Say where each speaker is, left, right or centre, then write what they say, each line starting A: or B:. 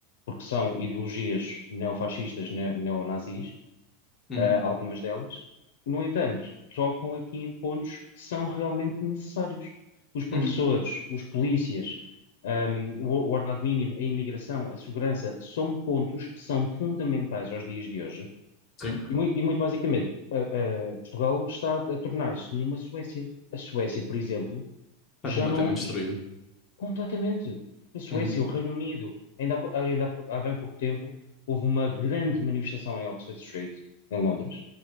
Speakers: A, on the left; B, on the left.
A: porque são ideologias neofascistas, ne- neonazis,
B: uhum,
A: ah, algumas delas. No entanto, trocam aqui em pontos que são realmente necessários. Os professores,
B: uhum,
A: os polícias, ahm, o, o ordenado mínimo, a imigração, a segurança, são pontos que são fundamentais aos dias de hoje.
B: sim.
A: E, mui- e muito basicamente, a- a- Portugal está a tornar-se numa Suécia. A Suécia, por exemplo,
B: Está
A: já
B: completamente
A: não.
B: destruída.
A: Completamente. A Suécia,
B: Uhum,
A: o Reino Unido. Ainda, há- ainda há bem pouco tempo houve uma grande manifestação em Oxford Street, em Londres,